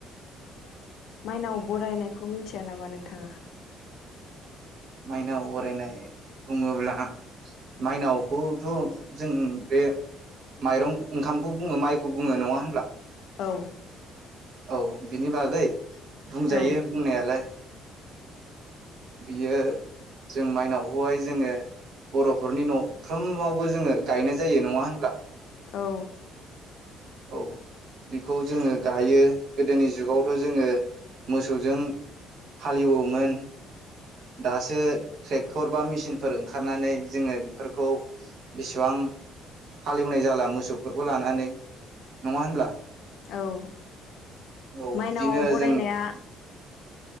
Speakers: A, on the left (about 65°); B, on the right (about 55°).
A: माइनाव बरायनायखौ मिथिया नामा नोंथाङा
B: माइनाव अरायनाय बुङोब्ला माइनावखौथ' जों बे माइरं ओंखामखौ बुङो माइखौ बुङो नङा होनब्ला
A: औ
B: औ बिनि बागै बुंजायो
A: औ
B: बुंनायालाय बियो जों माइनावखौहाय जोङो बर'फोरनि न'फ्रोमावबो जोङो गायनाय जायो नङा होनब्ला
A: औ
B: औ बिखौ जोङो गायो गोदोनि जुगावथ' जोङो मोसौजों हालेववोमोन दासो ट्रेक्टर बा मेचिनफोर ओंखारनानै जोङो बेफोरखौ बेसेबां हालेवनाय जाला मोसौफोरखौ लानानै नङा होनब्ला
A: औ
B: औ
A: माइनावआव
B: बिदिनो
A: बरायनाया
B: जों